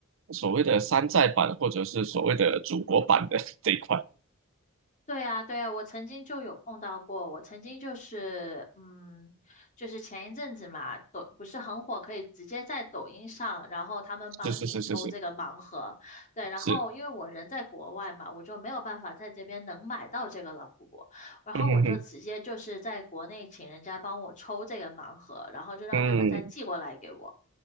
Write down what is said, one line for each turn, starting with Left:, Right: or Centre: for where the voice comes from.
Right: 所谓的山寨版或者是所谓的祖国版的 <laughs> 这一块。
Left: 对啊，对啊，我曾经就有碰到过。我曾经就是，嗯，就是前一阵子嘛，抖不是很火，可以直接在抖音上，然后他们帮你抽这个盲盒。
Right: 是是是是是
Left: 对，然后因为我人在国外嘛，
Right: 是，
Left: 我就没有办法在这边能买到这个老布布，然后我就直接就是在国内请人家帮我抽这个盲盒，
Right: 嗯哼哼，
Left: 然后就让他们再寄过来给我。
Right: 嗯，